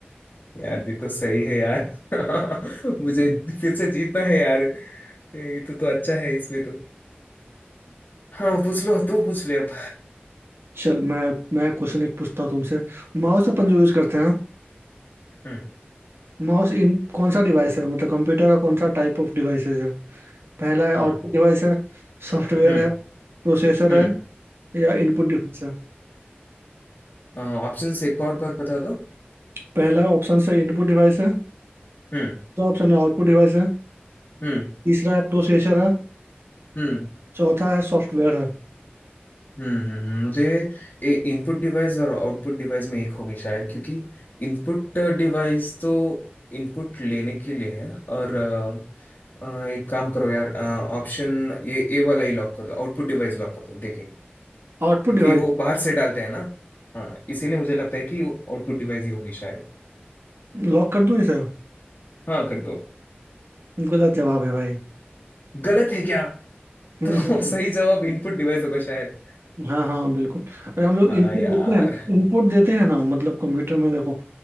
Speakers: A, on the left (about 60°); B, on the right (about 85°).
A: यार ये तो सही है यार <laughs> मुझे
B: हम्म।
A: फिर से जीतना है यार ये तो तो अच्छा है इसमें तो हाँ पूछ लो तू पूछ ले अब
B: चल मैं मैं क्वेश्चन एक पूछता हूँ तुमसे माउस अपन जो यूज करते हैं
A: हम्म
B: माउस इन कौन सा डिवाइस है मतलब कंप्यूटर का कौन सा टाइप ऑफ डिवाइसेस पहला है आउटपुट
A: हम्म
B: डिवाइस है सॉफ्टवेयर
A: हम्म
B: है प्रोसेसर
A: हम्म
B: है या इनपुट डिवाइस है
A: हम्म ऑप्शंस एक और बार बता दो
B: पहला ऑप्शन से इनपुट डिवाइस है
A: हम्म
B: दूसरा ऑप्शन है आउटपुट डिवाइस है
A: हम्म
B: तीसरा है प्रोसेसर है
A: हम्म
B: चौथा है सॉफ्टवेयर है
A: हम्म हम्म, हम्म, मुझे इनपुट डिवाइस और आउटपुट डिवाइस में एक होगी शायद क्योंकि इनपुट डिवाइस तो इनपुट लेने के लिए है और अ, अ, एक काम करो यार ऑप्शन ये ए वाला ही लॉक कर दो आउटपुट डिवाइस लॉक कर दो देखें क्योंकि
B: आउटपुट डिवाइस
A: वो बाहर से डालते हैं ना हाँ इसीलिए मुझे लगता है कि आउटपुट डिवाइस ही होगी शायद
B: लॉक कर दूं इसे
A: हाँ कर दो
B: गलत जवाब है भाई
A: गलत है क्या
B: हम्म
A: तो
B: हम्म,
A: <laughs>
B: हम्म।
A: सही जवाब इनपुट डिवाइस होगा शायद
B: हाँ हाँ बिल्कुल अरे हम लोग
A: हाँ
B: इनपुट
A: यार
B: देते हैं इनपुट देते हैं ना मतलब कंप्यूटर में देखो